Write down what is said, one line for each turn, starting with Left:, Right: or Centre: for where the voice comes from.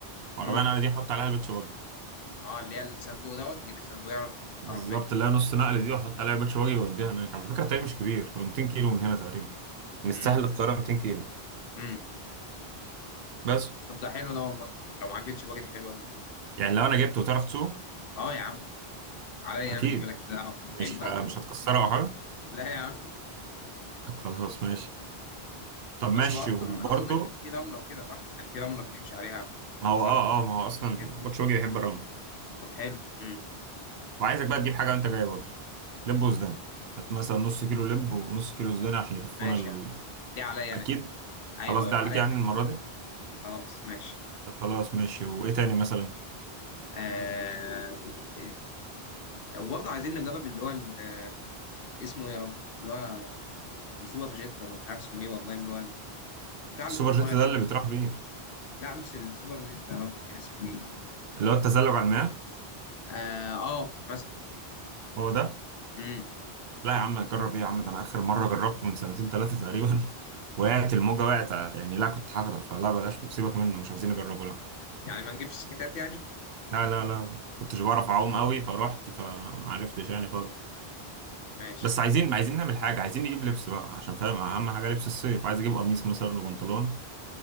Right: عربية
Left: امم
Right: نقل دي احط عليها البيتش باجي
Left: اه اللي هي الصندوق دوت تجيب الصندوق يعني وتركبه في
Right: بالظبط
Left: العربيه
Right: اللي هي نص نقل دي واحط عليها البيتش باجي واوديها هناك على فكرة الطريق مش كبير هو 200 كيلو من هنا تقريبا من الساحل
Left: امم
Right: للقاهرة 200 كيلو
Left: امم
Right: بس
Left: طب ده حلو ده والله لو معاك بيتش باجي دي حلوه قوي
Right: يعني لو انا جبته وتعرف تسوقه
Left: اه يا عم عليا
Right: اكيد
Left: انا دي مالكش دعوه عيب
Right: مش
Left: بقى
Right: ه- مش هتكسره او حاجة
Left: لا يا عم
Right: طب خلاص ماشي طب ماشي
Left: بس هو اصلا
Right: وبرضه
Left: اظن هناك في رمله وكده صح يعني في رمله بنمشي عليها
Right: ما هو
Left: اصل
Right: اه
Left: انا ما
Right: اه ما هو
Left: كنتش
Right: اصلا
Left: قبل
Right: البيتش
Left: كده
Right: باجي بيحب الرمل
Left: طب حلو امم
Right: وعايزك بقى تجيب حاجة وانت جاي برضه لب وسوداني هات مثلا نص كيلو لب ونص كيلو سوداني عشان يكفونا
Left: ماشي
Right: ال...
Left: يا عم دي عليا
Right: اكيد
Left: انا دي ايوه
Right: خلاص ده
Left: ايوه
Right: عليك
Left: عليا
Right: يعني
Left: انا دي
Right: المرة دي
Left: خلاص ماشي
Right: طب خلاص ماشي وايه تاني مثلا
Left: آه... إيه تاني؟ وبرضه عايزين نجرب اللي هو ال- اسمه ايه يا رب اللي هو السوبر جيت ولا مش عارف اسمه ايه والله اللي هو ال- بتاع اللي
Right: السوبر
Left: في المايه
Right: جيت ده
Left: ده ال-
Right: اللي بتروح بيه
Left: لا مش السوبر جيت يا رب كان اسمه ايه
Right: اللي هو التزلج على المياه
Left: اه, آه مثلا
Right: هو ده
Left: امم
Right: لا يا عم جرب ايه يا عم ده انا اخر مره جربته من سنتين ثلاثه تقريبا <laughs> وقعت الموجه وقعت يعني لا كنت هغرق فلا بلاش سيبك منه مش عايزين نجربه لا
Left: يعني ما نجيبش سكتات يعني
Right: لا لا لا كنتش بعرف اعوم قوي فروحت فمعرفتش يعني خالص
Left: ماشي
Right: بس عايزين عايزين نعمل حاجه عايزين نجيب لبس بقى عشان فاهم اهم حاجه لبس الصيف عايز اجيب قميص مثلا وبنطلون